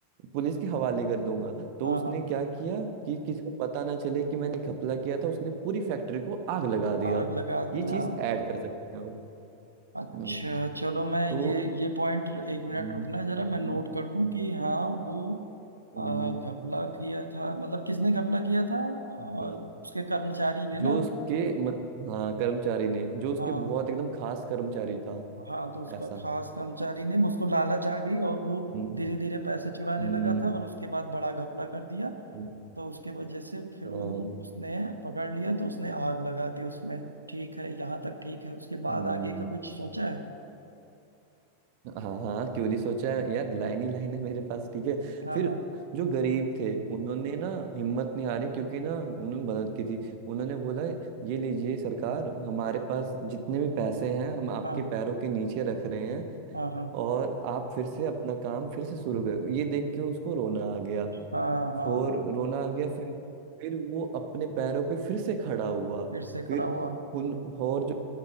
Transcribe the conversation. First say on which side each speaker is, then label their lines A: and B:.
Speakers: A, on the right; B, on the right.
A: पुलिस के हवाले कर दूंगा तो
B: हाँ
A: उसने
B: हाँ
A: क्या किया कि किसी को पता ना चले कि मैंने घपला किया था उसने पूरी फैक्ट्री को आग लगा दिया
B: आग लगा दी
A: ये चीज
B: हाँ
A: ऐड कर सकते हो
B: अच्छा
A: हम्म,
B: चलो मैं
A: तो
B: ये ये पॉइंट एक मिनट
A: हम्म,
B: रुकना जरा मैं
A: हम्म,
B: नोट कर लूं कि हाँ वो
A: हम्म,
B: आ, घपला किया था मतलब किसने घपला किया था आ,
A: हम्म,
B: उसके कर्मचारी ने ना
A: जो उसके मत- हाँ कर्मचारी ने जो उसके
B: हाँ
A: बहुत एकदम खास कर्मचारी था
B: हाँ तो उसका
A: ऐसा
B: खास कर्मचारी ने उसको लालच आ गई और वो
A: हम्म
B: धीरे धीरे पैसे चुराने
A: हम्म
B: लगा था और उसके बाद बड़ा घपला कर दिया
A: हम्म,
B: तो उसके वजह से फिर
A: हाँ,
B: वो उसने पकड़ लिया तो उसने आग लगा दी उसमें ठीक है यहाँ तक ठीक है उसके बाद
A: हम्म,
B: आगे का कुछ सोचा है
A: हाँ हाँ क्यों नहीं सोचा है? यार लाइन ही लाइन है मेरे पास ठीक है
B: हाँ
A: फिर
B: हाँ
A: जो गरीब थे उन्होंने ना हिम्मत नहीं हारी क्योंकि ना उन्होंने मदद की थी उन्होंने बोला ये लीजिए सरकार हमारे पास जितने भी पैसे हैं हम आपके
B: हाँ
A: पैरों के नीचे रख रहे हैं
B: हाँ हाँ हाँ
A: और आप फिर से अपना काम फिर से शुरू करो ये देख के उसको रोना आ गया
B: हाँ हाँ
A: और
B: हाँ
A: रोना आ गया फिर फिर वो अपने पैरों पे फिर से खड़ा हुआ
B: फिर से खड़ा
A: फिर
B: हुआ
A: उन और जो